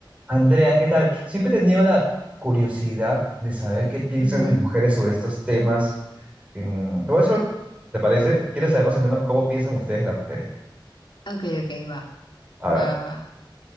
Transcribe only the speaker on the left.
Ujú.
Ok, ok, va.
Va,
va.